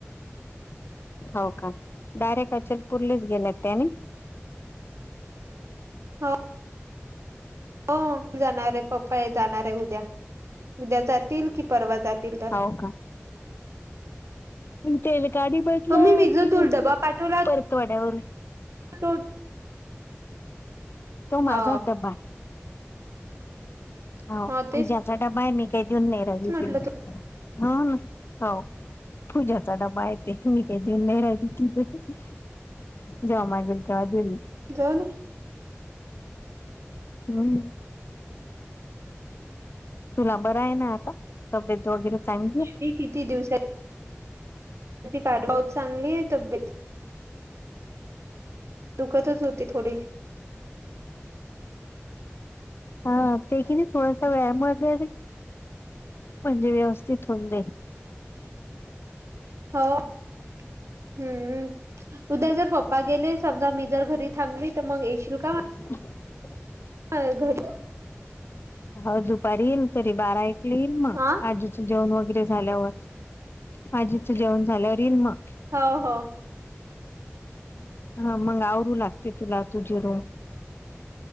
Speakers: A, on the left; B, on the right.
A: हो का डायरेक्ट अचलपूर्लीच गेले त्याने
B: हो हो जाणार आहे पप्पा आहे जाणार आहे उद्या उद्या जातील की परवा जातील तर
A: हो का तेल काडी बदला
B: मम्मी मी जो
A: की
B: तुला डबा पाठवला होता
A: परतवाड्यावरून
B: तो
A: तो
B: हा
A: माझाच ड्बा आहे हो
B: हा तेच
A: पूज्याचा डबा आहे मी काही देऊन नाही राहिली
B: म्हटलं
A: त ह हो पूजाचा डबा येते मी काही देऊन नाही राहिली तिथे जमागेल तेव्हा दिल्ली
B: जाोन
A: हम तुला बरं आहे ना आता तब्येत वगैरे चांगली आहे
B: मी किती दिवसात कारवा चांगली आहे तब्येत दुखतच होती थोडी
A: हा ते की नाही थोडासा वेयाम वाले म्हणजे व्यवस्थित हो दे
B: हो हम्म उद्या जर पप् गे समजाीर घरी थांबली तर मग येशील का
A: हम्
B: ह घरी
A: हो दुपारी येईल तरी बारा ऐकले येईल मग
B: हा
A: आजीचं जेवण वगैरे झाल्या होत आजीचं जेवण झाल्यावर रीलमा
B: हो हो
A: हा मंग आ रु लागते तुला तुझी रू